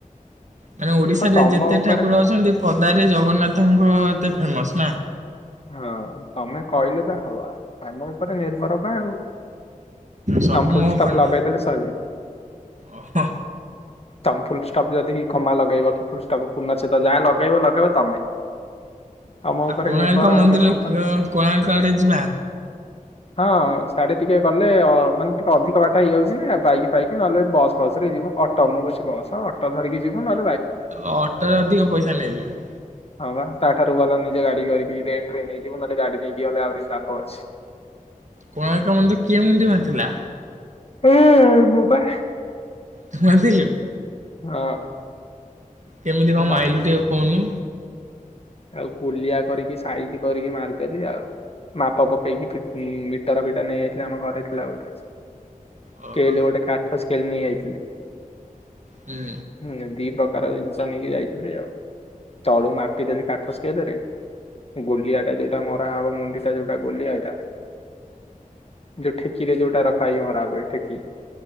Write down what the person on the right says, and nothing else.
ମାନେ
ଓଡିଶାରେ
ଯେତେ
ଠାକୁର ଅଛନ୍ତି ପଦାରେ ଜଗନ୍ନାଥଙ୍କ ଏତେ ଫେମସ୍ ନା?
ସବୁ
ମୋହ
ପରିଣ
ଓହୋ
ଆଉ କୋଣାର୍କ
ମନ୍ଦିର
କୋଣାର୍କ ଆଡେ ଯିବା।
ଅଟରେ ଅଧିକ ପଇସା ନେଇଯିବେ।
କୋଣାର୍କ ମନ୍ଦିର କିଏ ମୁଣ୍ଡି ମାରି ଥିଲା।
ତୁ ମାରିଥିଲୁ।
କେମିତି
କଣ
ମାଇଲୁ ଟିକେ କହୁନୁ?
ଓହୋ
ହୁଁ